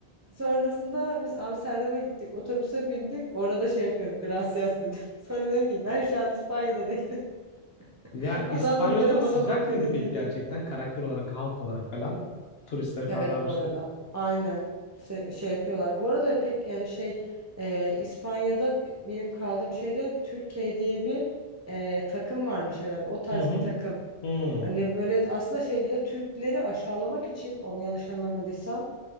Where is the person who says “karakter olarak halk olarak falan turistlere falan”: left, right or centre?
Left